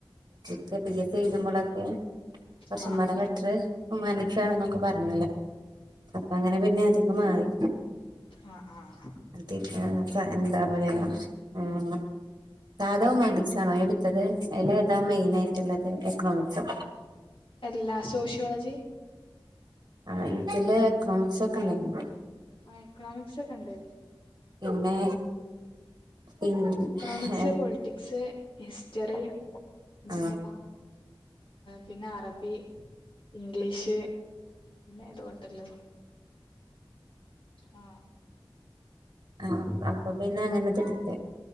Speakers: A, on the right; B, on the left.
A: പിന്നെ പി എസ് സി എഴുതുമ്പോളക്കെ കുറച്ചും
B: ആഹ്
A: കൂടെ ബെറ്ററ് ഉമാൻന്റിസ് ആണെ എന്നൊക്കെ പറഞ്ഞല്ലോ അപ്പൊ അങ്ങനെ പിന്നെ അതൊക്കെ മാറി
B: ആഹ് ആഹ് ആഹ്
A: അടുത്തെ ആ സ എന്താ പറയാനാ ആ സാധാ ഹുമാന്റീസ് ആണോ എടുത്തത് എല്ലാ അതാ മെയിൻ ആയിട്ടുള്ളത് എക്കണോമിക്സോ
B: അല്ല സോഷ്യോളജി
A: ആ ഇതില് എക്കണോമിക്സ് ഒക്കെ ഇണ്ടായിനോ
B: ആ എക്കണോമിക്സ് ഒക്കെ ഉണ്ട്
A: പിന്നെ പിന്നെ
B: എക്കണോമിക്സ് പൊളിറ്റിക്സ് ഹിസ്റ്ററി പിന്നെപ്പ
A: ആ
B: ഏതാ പിന്നെ അറബി ഇംഗ്ലീഷ് പിന്നെ ഇതു ഒണ്ടല്ലോ ആ
A: ആ അപ്പൊ പിന്നെ അങ്ങനത് എടുത്തെ